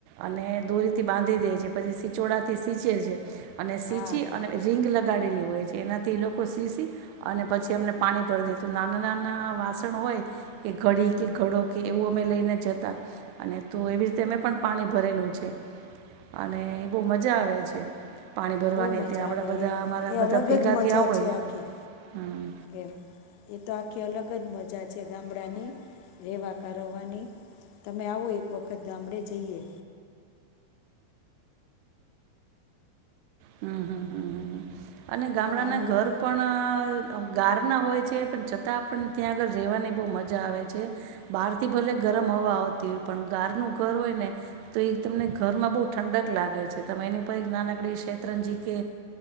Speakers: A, on the right; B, on the left.
A: અને દોરીથી બાંધી દે છે. પછી, સિચોડાથી સીચે છે. અને સિંચી
B: હા
A: અને રિંગ લ લગાડેલી હોય છે. એનાથી લોકો શીસી અને પછી, અમને પાણી ભરીદે તો નાના નાના વાસણ હોય એ ઘડી કે ઘડો કે એવું અમે લઈને જતા, અને તો એવી રીતે અમે પણ પાણી ભર ભરેલું છે. અને એ બહ મજા આવે છે. પાણી ભરવાની
B: બહ મજા
A: તે આપણે
B: આવે
A: બધા
B: એ
A: અમારા
B: એ
A: બધા
B: અલગ
A: ભેગા
B: જ
A: થયા
B: મજા
A: હોય
B: છે. આખી
A: હમ
B: એમ એ તો આ આખી અલગ જ મજા છે. ગામડાની રહેેવા કરવાની. તમે આવો એક વખત ગામડે જઈએ.
A: હમ્મ, હમ્મ. હ, હ, અને ગામડાના
B: ગામડું
A: ઘર પણ ગારના હોય છે. પણ છતાં, આપણને ત્યાં આગળ રહેવાની બહુ મજા આવે છે બહારથી ભલે ગરમ હવા આવતી હોય, પણ ગારનું ઘર હોય ને તો એ તમને ઘરમાં બહુ ઠંડક લાગે છે. તમે એની ઉપર એક નાનકડી શે. રંજી કે